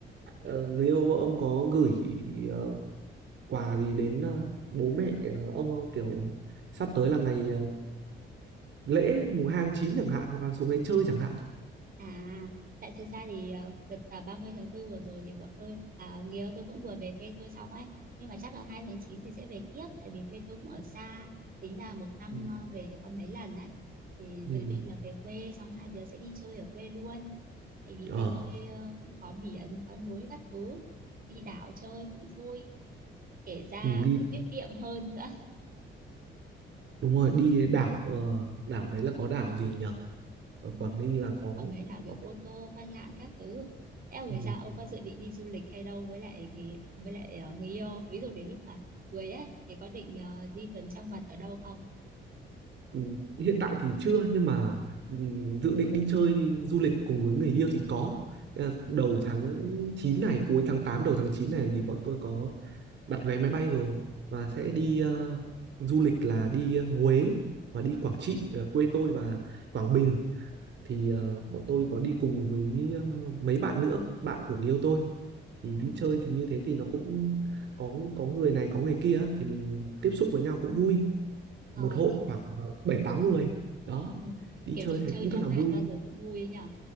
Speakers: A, on the right; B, on the right.
A: Ờ, người yêu ông có gửi ờ, quà gì đến ờ, bố mẹ ờ, ông không kiểu sắp tới là ngày ờ, lễ mùng hai tháng 9 chẳng hạn hoặc là xuống đấy chơi chẳng hạn
B: À, tại thực ra thì ờ, đợt à, 30 tháng tư vừa rồi thì bọn tôi à, người yêu tôi cũng vừa về quê tôi xong ấy nhưng mà chắc là 2 tháng 9 thì sẽ về tiếp tại vì quê tôi cũng ở xa tính là một năm
A: ừ.
B: ờ, về được có mấy lần ấy thì
A: Ừ.
B: dự định là về quê xong hai đứa sẽ đi chơi ở quê luôn tại vì
A: Ờ,
B: quê tôi ờ, cũng có biển có núi các thứ đi đảo chơi cũng vui kể ra
A: ừ, đi
B: cũng tiết kiệm hơn nữa
A: đúng rồi đi đảo ờ, đảo đấy là có đảo gì nhở ở
B: Ừ,
A: Quảng Ninh là có,
B: còn mấy đảo kiểu
A: có
B: Cô
A: cái-
B: Tô, Quan Lạn các thứ. Thế ông
A: ừ.
B: thì sao? Ông có dự định đi du lịch hay đâu với lại người với lại ờ, người yêu? Ví dụ đến lúc mà cưới ấy thì có định ờ, đi tấn trong mật ở đâu không?
A: Ừ, Hiện tại thì chưa nhưng mà ừ, dự định đi chơi du lịch cùng với người yêu thì có. Ờ, Đầu
B: Ừ,
A: tháng chín này, cuối tháng 8 đầu tháng 9 này thì bọn tôi có đặt vé máy bay rồi và sẽ đi ờ, du lịch là đi ờ, Huế và đi Quảng Trị ờ, quê tôi và Quảng Bình thì ờ,
B: ừ,
A: bọn tôi có đi cùng với ờ, mấy bạn nữa, bạn của người yêu tôi thì đi
B: ờ,
A: chơi thì như thế thì nó cũng có có người này có người kia á, thì mình tiếp xúc với nhau cũng vui một
B: ờ,
A: hội
B: đi
A: khoảng ờ, bảy tám người đó
B: ừ,
A: đi
B: kiểu
A: chơi
B: đi
A: thấy
B: chơi
A: cũng
B: nhóm
A: rất là
B: bạn
A: vui
B: bao giờ cũng vui ấy nhở.